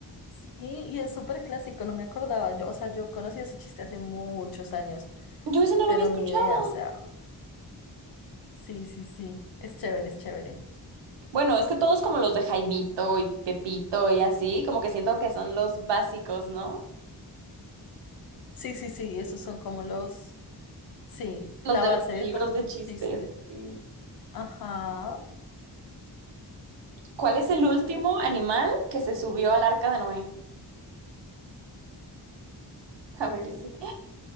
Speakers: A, on the left; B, on the right.
A: Sí, y es súper clásico, no me acordaba. Yo, o sea, yo conocí ese chiste hace muchos años,
B: Yo ese no
A: pero
B: lo había escuchado.
A: ni idea, o sea, sí, sí, sí, es chévere, es chévere.
B: Bueno, es que todos como los de Jaimito y Pepito y así, como que siento que son los básicos, ¿no?
A: Sí, sí, sí, esos son como los, sí, la
B: Los de
A: base
B: los libros
A: de todos
B: de
A: los
B: chistes.
A: chistes.
B: sí.
A: Ajá.
B: ¿Cuál es el
A: Mm,
B: último animal que se subió al arca de Noé? <laughs> A ver, ese.